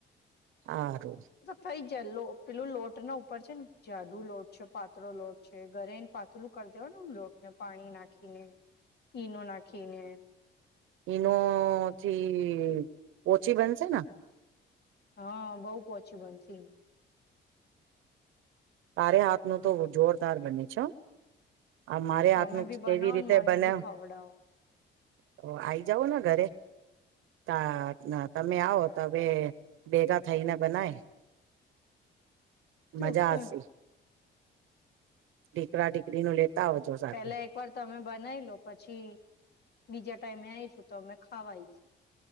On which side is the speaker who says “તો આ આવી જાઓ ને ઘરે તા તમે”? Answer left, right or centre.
Right